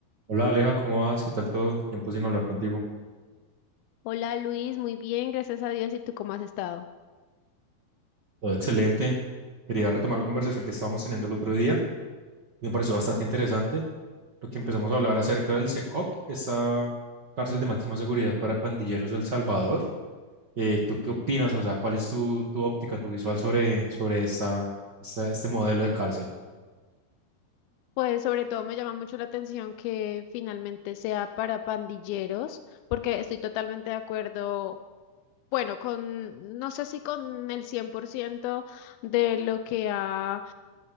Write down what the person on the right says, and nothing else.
Hola Aleja, ¿cómo vas? ¿Qué tal todo? Tiempo sin hablar contigo.
Todo excelente. Quería retomar la conversación que estábamos teniendo el otro día. Me pareció bastante interesante lo que empezamos a hablar acerca del Secop, esta cárcel de máxima seguridad para pandilleros del Salvador. Eh, ¿tú qué opinas? O sea, ¿cuál es tu, tu óptica, tu visual sobre, sobre esta, esta- este modelo de cárcel?